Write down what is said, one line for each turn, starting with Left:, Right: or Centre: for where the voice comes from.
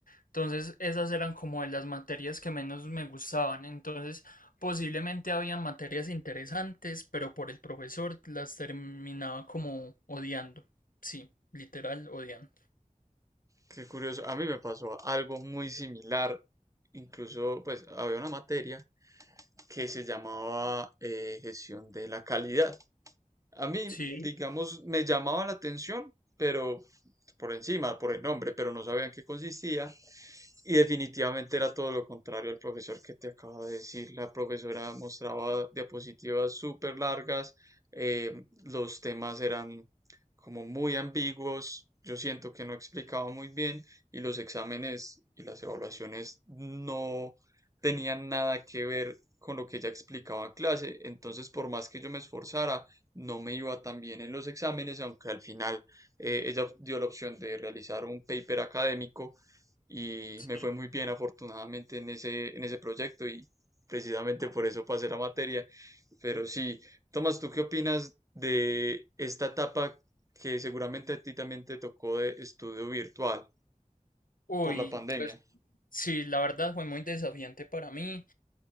Left: Entonces, esas eran como de las materias que menos me gustaban. Entonces, posiblemente había materias interesantes, pero por el profesor las terminaba como odiando. Sí, literal, odiando.
Right: Qué curioso, a mí me pasó algo muy similar, incluso pues había una materia que se llamaba eh, gestión de la calidad. A mí,
Left: Sí,
Right: digamos, me llamaba la atención, pero por encima, por el nombre, pero no sabía en qué consistía. Y definitivamente era todo lo contrario al profesor que te acabo de decir. La profesora mostraba diapositivas súper largas, eh, los temas eran como muy ambiguos, yo siento que no explicaba muy bien y los exámenes y las evaluaciones no tenían nada que ver con lo que ella explicaba en clase. Entonces, por más que yo me esforzara, no me iba tan bien en los exámenes, aunque al final eh, ella dio la opción de realizar un paper académico y
Left: sí.
Right: me fue muy bien afortunadamente en ese, en ese proyecto y precisamente por eso pasé la materia. Pero sí, Tomás, ¿tú qué opinas de esta etapa que seguramente a ti también te tocó de estudio virtual
Left: Uy.
Right: por la pandemia?
Left: pues Sí, la verdad fue muy desafiante para mí,